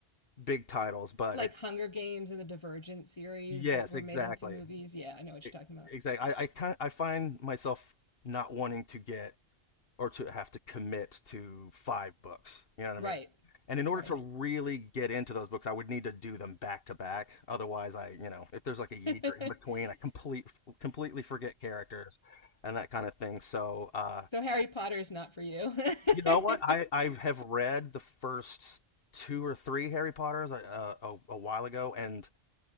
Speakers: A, on the left; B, on the left.
A: big titles, but
B: like
A: it,
B: Hunger Games and the Divergent series
A: yes,
B: that were
A: exactly,
B: made into movies yeah I know what
A: E-
B: you're talking about
A: exactly. I I, kind I find myself not wanting to get or to have to commit to five books. You know what
B: right
A: I mean? And in order
B: right
A: to really get into those books, I would need to do them back to back. Otherwise, I, you know, if there's like a year
B: <laughs>
A: in between, I complete completely forget characters and that kind of thing. So, uh,
B: So Harry Potter is not for you. <laughs>
A: you know what? I I have read the first two or three Harry Potters uh, a, a while ago, and